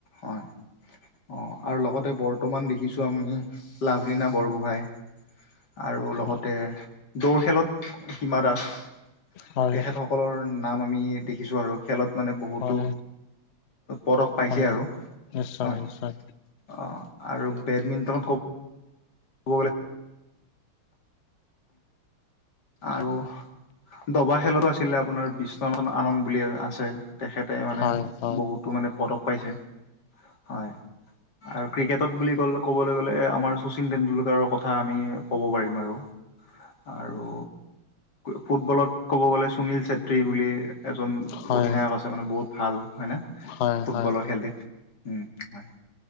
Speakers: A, on the left (about 50°); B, on the left (about 80°).
A: হয়। অ আৰু লগতে বৰ্তমান দেখিছো আমি লাভলীনা বৰগোহাঁই। আৰু লগতে
B: হয়
A: দৌৰ খেলত হিমা দাস।
B: হয়
A: তেখেতসকলৰ নাম আমি দেখিছোঁ আৰু খেলত মানে বহুতো
B: হয়
A: পদক পাইছে
B: হয়
A: আৰু
B: নিশ্চয়
A: হয়
B: নিশ্চয়
A: আৰু বেডমিণ্টনত ক'ব গ'লে আৰু দবা খেলতো আছিলে আপোনাৰ বিশ্বনাথ আনন্দ বুলি এজন আছিল। তেখেতে মানে
B: হয় হয়
A: বহুতো মানে পদক পাইছে। হয়। আৰু ক্ৰিকেটত বুলি ক'লে ক'বলৈ গ'লে আমাৰ শচীন টেণ্ডুলকাৰৰ কথা আমি ক'ব পাৰিম আৰু। আৰু ফুটবলত ক'ব গ'লে সুনীল চেত্ৰী বুলি এজন
B: হয়
A: অধিনায়ক আছে মানে বহুত ভাল হয় না
B: হয়
A: ফুটবলৰ
B: হয়
A: খেলটিত। উম হয়,